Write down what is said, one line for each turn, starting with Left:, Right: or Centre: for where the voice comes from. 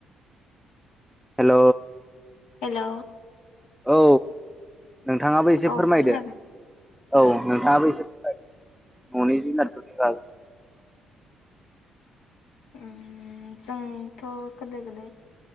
Centre: हेल'
Left: हेल'
Centre: औ नोंथाङाबो एसे
Left: औ
Centre: फोरमायदो
Left: खोनादों
Centre: औ नोंथाङाबो एसे फोरमायदो न'नि जुनादफोरनि बागै
Left: उम जोंथ' गोदो गोदाय